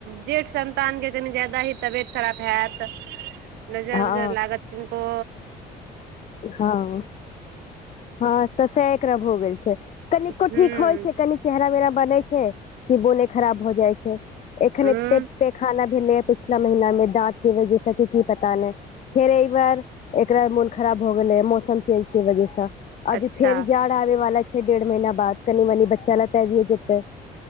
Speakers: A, on the right; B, on the left.
A: जेठ संन्तान के कनि जा्यदा ही तबियत ख़राब हयत नजर
B: हँ
A: उजर लागत किननको
B: हँ हँ तऽ स‌एह एकरा भ गेल छै कनिको
A: हूँ
B: ठीक होइ छै कनी चेहरा मेहरा बनै छै कि मोने खराब भ जाइ छै एखन
A: हूँ
B: एते पैखाना भेलै है पिछला महिीना मे दाँत के वजैस कि की पता नहि फेर एहि बार एकरा मोन खराब हो गेले है मौसम चेंज के वजह से अभी
A: अच्छा
B: फेर जा आवे वाला छै डेढ़ महीना बाद कनि मनी बच्चा ले त आबिये जेतै